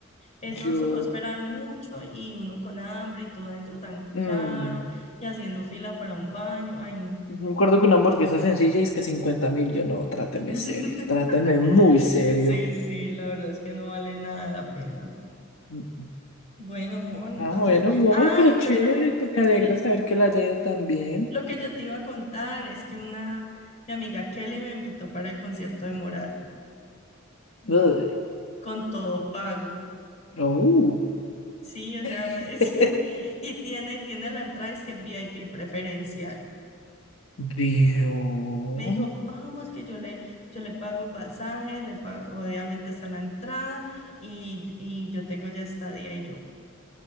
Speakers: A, on the left (about 35°); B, on the left (about 70°).
A: Eso
B: Yo.
A: nos tocó esperar mucho y uno con hambre y todo adentro tan
B: mm,
A: caro y haciendo fila para un baño. Ay, no.
B: me acuerdo que una hamburguesa sencilla es que 50 mil. Yo no, tráteme
A: <laughs>
B: serio. Tráteme muy serio.
A: Sí, sí, la verdad es que no vale nada la pena.
B: Mm.
A: Bueno, Mon, entonces,
B: Ah, bueno, amor,
A: ay,
B: pero chévere.
A: pero
B: Pues me alegra
A: l-
B: saber que la haya ido tan bien.
A: lo que yo te iba a contar es que una, mi amiga Kelly me invitó para el concierto de Morat
B: Uy,
A: con todo pago.
B: Oh,
A: Sí, o sea, me,
B: <laughs>
A: <laughs> sí, y tiene, tiene la entrada, es que VIP preferencial.
B: vio.
A: Me dijo, vamos, que yo le, yo le pago pasajes, le pago, obviamente está la entrada y, y yo tengo ya estadía y yo.